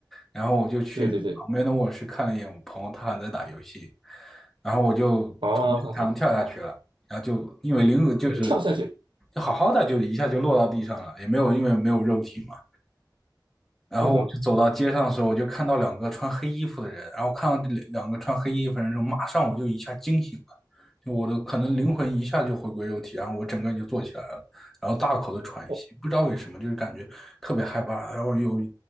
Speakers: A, in the centre; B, on the right.
A: 然后我就去旁边的卧室看了一眼我朋友，
B: 对对对对
A: 他还在打游戏，然后我就从墙跳下去了，
B: 啊，哈哈，
A: 然后就因为灵魂就是
B: 跳下去，
A: 就好好的就一下就落到地上了，也没有因为没有肉体嘛，然后我就走到街上的时候，
B: 嗯哼，
A: 我就看到两个穿黑衣服的人，然后看到这两两个穿黑衣服的人之后，马上我就一下惊醒了，就我的可能灵魂一下就回归肉体，然后我整个人就坐起来了，然后大口的喘息，
B: 我、
A: 不知道为什么，就是感觉特别害怕，然后有一